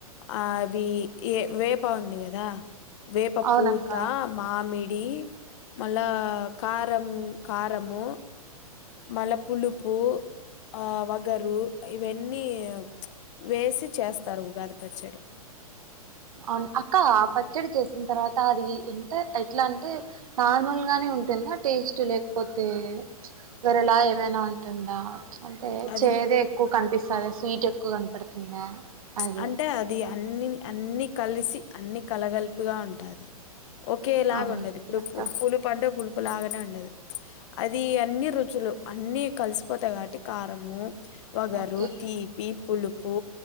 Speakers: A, on the left (about 50°); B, on the right (about 65°).
A: ఆ అవి ఏ వేప ఉంది కదా వేప
B: అవునక్క
A: పూతా మామిడి అడి మళ్ళా కారం కారము మల్లా పులుపు ఆ వగరు ఇవన్నీ వేసి చేస్తారు ఉగాది పచ్చడి
B: అవును అక్క ఆ పచ్చడి చేసిన తర్వాత అది ఎంత ఎట్లా అంటే నార్మల్ గానే ఉంటుందా టేస్ట్ లేకపోతే వేరేలా ఏమైనా ఉంటుందా అంటే
A: అది
B: చేదే ఎక్కువ కనిపిస్తద స్వీట్ ఎక్కువ కనపడుతుందా
A: ప్చ్
B: అది
A: అంటే అది అన్నిని అన్ని కలిసి అన్ని కలగలిపిగా ఉంటది ఒకె లాగా
B: ఆ
A: ఉండది ఇప్పుడు
B: అక్క
A: పు పులులు అంటే పులు లాగానే ఉండదు అది అన్ని రుచులు అన్ని కలిసిపోతాయి కాబట్టి కారము వగరు
B: ఓకే
A: తీపి పులుపు